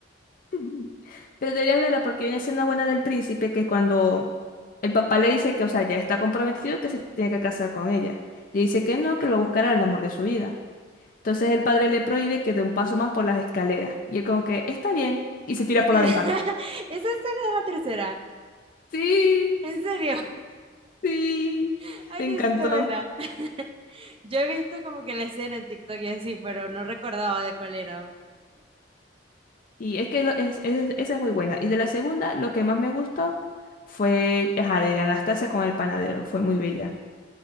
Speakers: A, on the left; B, on the right.
A: <laughs> Pero deberías verla porque hay una escena buena del príncipe que es cuando el papá le dice que, o sea, ya está comprometido y que se tiene que casar con ella. Le dice que no, que lo buscará el amor de su vida. Entonces el padre le prohíbe que dé un paso más por las escaleras. Y él como que, está bien. Y
B: <laughs>
A: se tira
B: Esa
A: por la ventana.
B: escena de la tercera.
A: Sí.
B: ¿En serio?
A: Sí,
B: <laughs> Ay,
A: me
B: necesito
A: encantó.
B: verla. <laughs> Yo he visto como que la escena en TikTok y así, pero no recordaba de cuál era.
A: Y es que lo- es, es- esa es muy buena. Y de la segunda, lo que más me gustó fue, ajá, de Anastasia con el panadero. Fue muy bella.